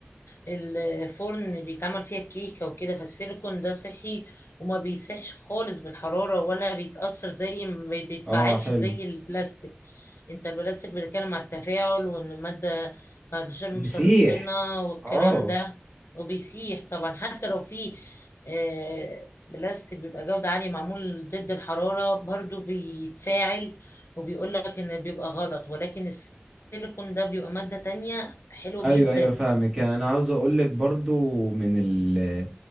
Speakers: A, on the left (about 80°); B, in the centre.
A: الفرن بيتعمل فيها الكيكة وكده فالسيليكون ده صحي وما بيسيحش خالص بالحرارة ولا بيتأثر زي ما بي- بيتفاعلش
B: اه حلو
A: زي البلاستيك انت البلاستيك بتتكلم على التفاعل وان المادة بعد شر
B: بيسيح
A: مسرطنة والكلام
B: اه
A: ده وبيسيح طبعا حتى لو في آه، بلاستيك بيبقى جودة عالية معمول ضد الحرارة برضو بيتفاعل وبيقول لك ان بيبقى غلط ولكن السيليكون ده بيبقى مادة تانية حلوة
B: ايوه
A: جدا
B: ايوه فاهمك يعني انا عاوز اقول لك برضو من ال...